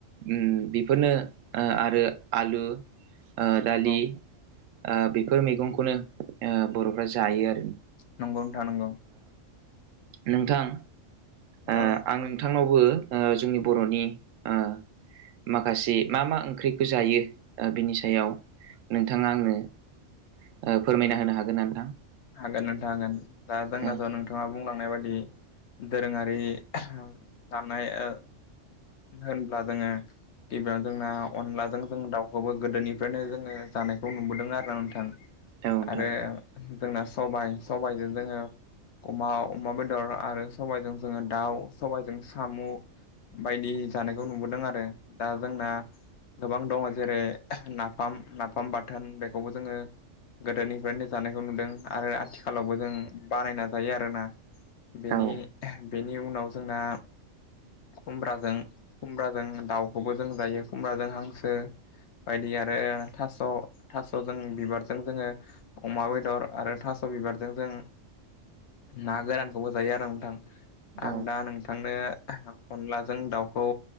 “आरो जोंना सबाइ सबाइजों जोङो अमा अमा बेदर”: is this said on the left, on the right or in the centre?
Left